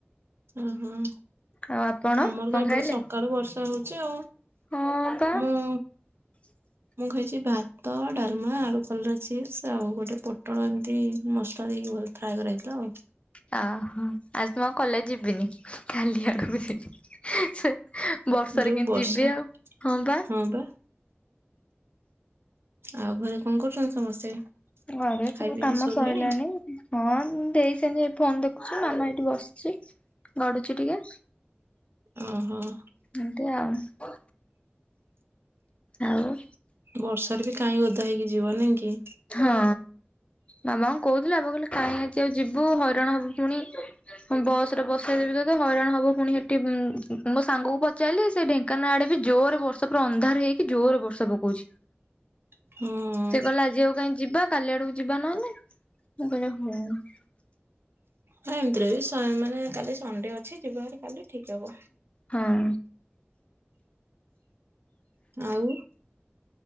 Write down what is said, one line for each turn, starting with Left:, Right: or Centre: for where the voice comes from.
Right: ଓହୋଃ।
Left: ଆଉ ଆପଣ
Right: ଆମର
Left: କଣ
Right: ତ ଏପଟେ
Left: ଖାଇଲେ?
Right: ସକାଳୁ ବର୍ଷା ହଉଛି ଆଉ।
Left: ହଁ ପା।
Right: ମୁଁ
Left: <inaudible>
Right: ମୁଁ ଖାଇଛି ଭାତ, ଡାଲମା, ଆଳୁ କଲରା ଚିପ୍ସ ଆଉ ଗୋଟେ ପୋଟଳ ଏମିତି ମସଲା ଦେଇକି ଭ ଫ୍ରାଏ କରା ହେଇଥିଲା ଆଉ।
Left: ଓହୋଃ ଆଜି ତ ମୁଁ ଆଉ କଲେଜ ଯିବିନି। କାଲି ଆଡକୁ ଯିବି। ସେ ବର୍ଷାରେ
Right: ଯୋଉ
Left: କେମତି
Right: ବର୍ଷା
Left: ଯିବି ଆଉ? ହଁ ପା।
Right: ହଁ ପା। ଆଉ ଘରେ କଣ କରୁଛନ୍ତି ସମସ୍ତେ?
Left: ଘରେ
Right: ଖାଇ
Left: ସବୁ
Right: ପିଇକି
Left: କାମ
Right: ଶୋଇଲେଣି
Left: ସଇଲାଣି। ହଁ ମୋ ଦେଇ ସେମିତି ଫୋନ ଦେଖୁଛି, ମାମା ଏଇଠି ବସିଛି ଗଡୁଛି ଟିକେ।
Right: ଓହୋଃ।
Left: ଏମତି ଆଉ। ଆଉ?
Right: ବର୍ଷାରେ ବି କାଇଁ ଓଦା ହେଇକି ଯିବ, ନାଇଁ କି?
Left: ହଁ, ବାବାଙ୍କୁ କହୁଥିଲି ଆମ କହିଲେ କାହିଁ ଆଜି ଆଉ ଯିବୁ ହଇରାଣ ହବୁ ପୁଣି ହଁ ବସ୍ ରେ ବସେଇଦେବି ତୋତେ ହଇରାଣ ହବ ପୁଣି ହେଠି, ମୋ ସାଙ୍ଗକୁ ପଚାରଲି ସେ ଢେ ଙ୍କାନାଳ ଆଡେ ବି ଜୋରେ ବର୍ଷା ପୁରା ଅନ୍ଧାର ହେଇକି ଜୋରେ ବର୍ଷା ପକଉଛି।
Right: ହୁଁ।
Left: ସେ କହିଲା ଆଜି ଆଉ କାହିଁ ଯିବା କାଲି ଆଡକୁ ଯିବା ନହେଲେ। ମୁଁ କହିଲି ହଉ।
Right: ହଁ ଏମିତିରେ ବି ମାନେ କାଲି ସଣ୍ଡେ ଅଛି ଯିବା ଭାର କାଲି ଠିକ ହବ।
Left: ହଁ।
Right: ଆଉ?